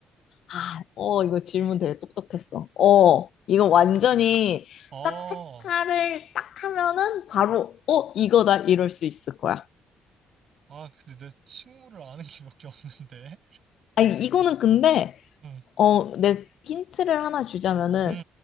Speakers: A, on the left; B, on the right.
A: 아, 어, 이거 질문 되게 똑똑했어. 어, 이거 완전히
B: 어,
A: 딱 색깔을 딱 하면은 바로, 어, 이거다, 이럴 수 있을 거야.
B: 아, 근데 내 식물을 아는 게 몇 개 없는데.
A: 아니, 이거는 근데,
B: 음,
A: 어, 내 힌트를 하나 주자면은,
B: 음,